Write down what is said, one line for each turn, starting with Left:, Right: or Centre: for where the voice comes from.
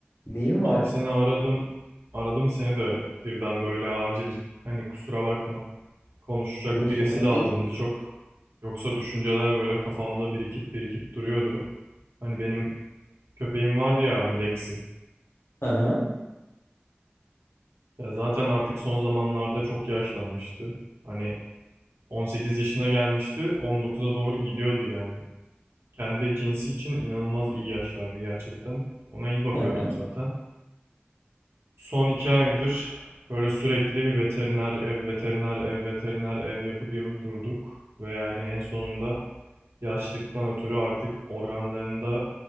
Left: Neyim var?
Right: Abi seni aradım. Aradım seni de birden böyle acil hani kusura bakma. Konuşacak
Left: Yok
Right: birisi
Left: sorun
Right: lazımdı
Left: değil.
Right: çok. Yoksa düşünceler böyle kafamda birikip birikip duruyordu. Hani benim köpeğim vardı ya abi Lexi.
Left: Hı hı.
Right: Ya zaten artık son zamanlarda çok yaşlanmıştı. Hani 18 yaşına gelmişti, 19'a doğru gidiyordu yani. Kendi cinsi için inanılmaz iyi yaşlardı gerçekten. Ona iyi bakıyorduk
Left: Hı hı.
Right: zaten. Son iki aydır böyle sürekli veteriner ev, veteriner ev, veteriner ev yapıp yapıp durduk. Ve yani en sonunda yaşlıktan ötürü artık organlarında